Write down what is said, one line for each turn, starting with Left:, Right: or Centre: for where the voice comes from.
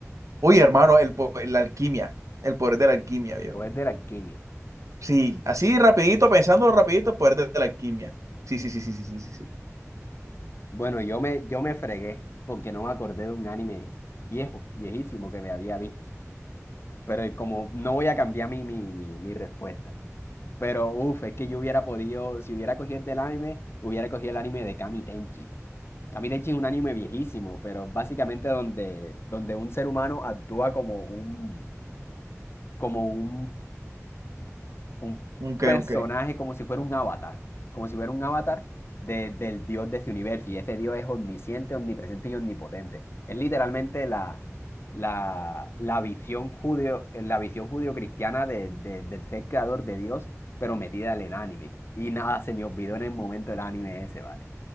Right: Uy, hermano, el, po- la alquimia, el poder de la alquimia, viejo.
Left: el poder de la alquimia.
Right: Sí, así rapidito, pensándolo rapidito, el poder de la alquimia. Sí, sí, sí, sí, sí, sí, sí. sí.
Left: Bueno, yo me, yo me fregué porque no me acordé de un anime viejo, viejísimo que me había visto. Pero eh, como no voy a cambiar mi, mi, mi, mi respuesta. Pero uff, es que yo hubiera podido, si hubiera cogido el del anime, hubiera cogido el anime de Kami Tenchi. Kami Tenchi es un anime viejísimo, pero básicamente donde, donde un ser humano actúa como un, como un un
Right: Ok,
Left: personaje
Right: ok. <laughs>
Left: como si fuera un avatar, como si fuera un avatar de- del dios de ese universo. Y ese dios es omnisciente, omnipresente y omnipotente. Es literalmente la, la, la visión judío, la visión judío-cristiana de, de- del ser creador de Dios, pero metida en el anime. Y nada, se me olvidó en el momento el anime ese, ¿vale?